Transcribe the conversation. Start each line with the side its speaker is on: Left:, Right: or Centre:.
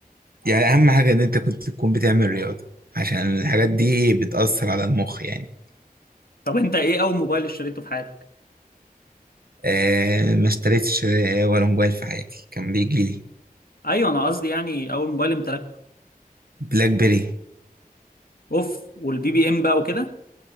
Right: يعني اهم حاجة ان انت كنت تكون بتعمل رياضة عشان الحاجات دي بتأثر على المخ يعني
Left: طب انت ايه اول موبايل اشتريته في حياتك
Right: آه ما اشتريتش آه، ولا موبايل في حياتي كان بيجي لي
Left: ايوه انا قصدي يعني اول موبايل امتلكته
Right: بلاك بيري
Left: اوف والبي بي ام بقى وكده